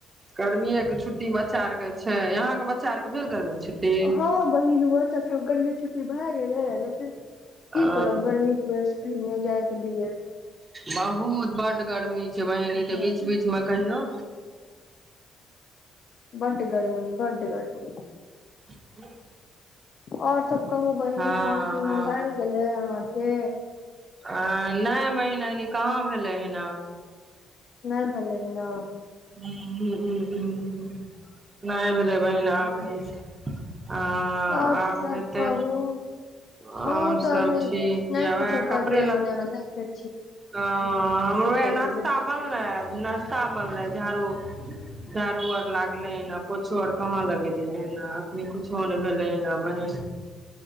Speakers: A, on the right; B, on the left.
A: गर्मीए के छुट्टी बच्चा आर के छै अहाँ के बच्चा आर के भेल गर्मी छुट्टी
B: हाँ बहिन बस के ठोकर मे <unintelligible> की
A: अ
B: करब गर्मीे के वजह से कही नहि जायके दियै
A: बहुत बड गर्मी छै बहिन ई तऽ
B: ह
A: बीच बीच मे कहियो
B: बड गर्मी बड गर्मी
A: ह
B: ओर सब कहू बहिन
A: हँ
B: खान पीना भए गेलै ह अह के
A: आ नहि बहिन ऐनी कहाँ भेलै हिना
B: नहि भेलै हियां
A: ह ह ह ह ह नहि भेलै बहिन आब ह आब
B: और सब
A: हेतै
B: कहू उ
A: आओर
B: तऽ
A: सब
B: अभी
A: ठीक
B: नहि
A: य
B: कुछो
A: वएह
B: करलियै
A: कपड़े लत्ता
B: ह देख
A: ह हमरोह नासता
B: धीरे
A: बनलए नस्ता बनलै झाड़ूओ झाड़ू आर लागलै हन आ पोछो आर कहाँ लगेलिय अखनी कुछो नहि भेलै हन अबै हन